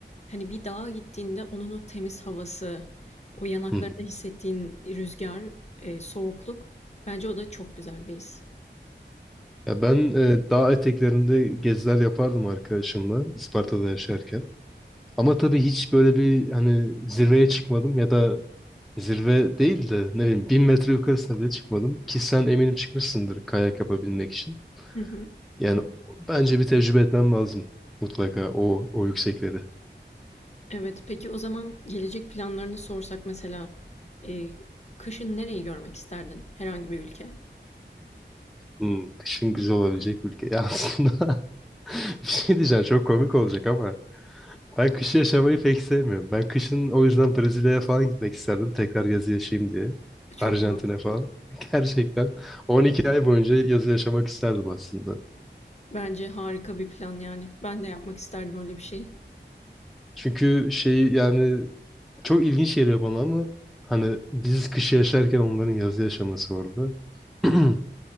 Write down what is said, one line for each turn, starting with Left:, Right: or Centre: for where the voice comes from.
Left: Hani bir dağa gittiğinde onun o temiz havası, o yanaklarında
Centre: Hı hı.
Left: hissettiğin rüzgar, e, soğukluk bence o da çok güzel bir his.
Centre: Ya ben e, dağ eteklerinde geziler yapardım arkadaşımla Isparta'da yaşarken. Ama tabii hiç böyle bir hani zirveye çıkmadım ya da Zirve değil de ne bileyim bin metre yukarısına bile çıkmadım. Ki sen eminim çıkmışsındır kayak yapabilmek için.
Left: Hı hı.
Centre: Yani bence bir tecrübe etmem lazım mutlaka o, o yüksekleri.
Left: Evet, peki o zaman gelecek planlarını sorsak mesela e, kışın nereyi görmek isterdin? Herhangi bir ülke?
Centre: Hmm, kışın güzel olabilecek bir ülke. Ya aslında <laughs> bir şey diyeceğim çok komik olacak ama Ben kışı yaşamayı pek sevmiyorum. Ben kışın o yüzden Brezilya'ya falan gitmek isterdim. Tekrar yazı yaşayayım diye.
Left: Çok
Centre: Arjantin'e
Left: mantıklı.
Centre: falan. <laughs> Gerçekten 12 ay boyunca yazı yaşamak isterdim aslında.
Left: Bence harika bir plan yani. Ben de yapmak isterdim öyle bir şeyi.
Centre: Çünkü şeyi yani çok ilginç geliyor bana ama hani biz kışı yaşarken onların yazı yaşaması orada. <clears throat>